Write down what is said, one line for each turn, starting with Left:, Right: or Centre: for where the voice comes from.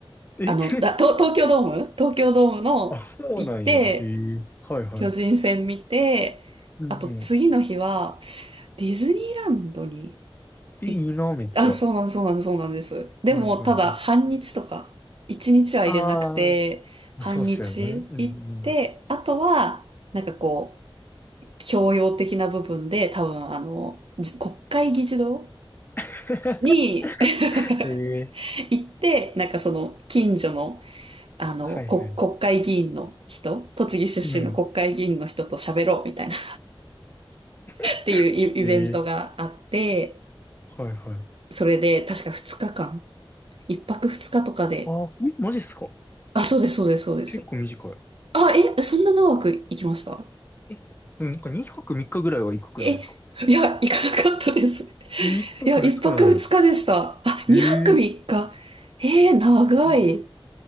Left: え
Right: あの、
Left: <laughs>
Right: だ、東東京ドーム東京ドームの行って、
Left: あ、そうなんや。へえ。はいはい。
Right: 巨人戦見て、
Left: うんうん。
Right: あと次の日は、ディズニーランドに
Left: え、
Right: 行っ、
Left: いいな、めっちゃ。
Right: あ、そうなん、
Left: は
Right: そうなん、そうなんです。でも、
Left: いはいはい。
Right: ただ、半日とか、一日は入れなくて、
Left: あ
Right: 半日行って、
Left: あ。そうっすよね。うんうん。
Right: あとは、なんかこう、教養的な部分で、多分、あの、じ国会議事堂
Left: <laughs>
Right: に、<laughs>
Left: へえ。
Right: 行って、なんかその近所の、あの、
Left: はいはい。
Right: こ、国会議員の人、栃木出身の国会議員の人と喋ろうみたいな
Left: うん。
Right: <laughs> っ
Left: <laughs>
Right: ていうイイベントがあって、
Left: ええはいはい。
Right: それで確か2日間、1泊2日とかで、
Left: あえ、マジっすか
Right: あ、そうです、そうです、そうです。
Left: 結構短い。
Right: あ、え、そんな長く行きました
Left: え、でもなんか2泊3日ぐらいは行くくないですか
Right: え、いや、行かなかったです。
Left: え一泊二日なのよ。
Right: いや、1泊2日でした。あ、2泊3日。
Left: ええ
Right: えー、長い。
Left: うん